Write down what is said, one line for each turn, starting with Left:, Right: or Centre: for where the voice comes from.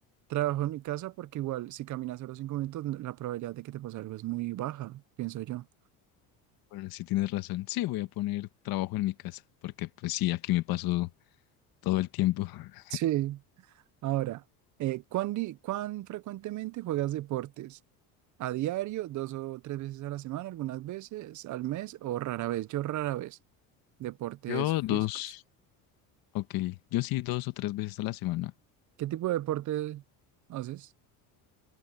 Right: trabajo en mi casa porque igual si caminas solo cinco minutos la probabilidad de que te pase algo es muy baja, pienso yo.
Left: Bueno, sí tienes razón. Sí, voy a poner trabajo en mi casa, porque pues sí, aquí me paso todo el tiempo. <laughs>
Right: Sí. Ahora, eh, ¿cuán, di- cuán frecuentemente juegas deportes? ¿A diario, dos o tres veces a la semana, algunas veces al mes o rara vez? Yo rara vez. Deportes
Left: Yo
Right: físicos.
Left: dos, ok, yo sí dos o tres veces a la semana.
Right: ¿Qué tipo de deporte haces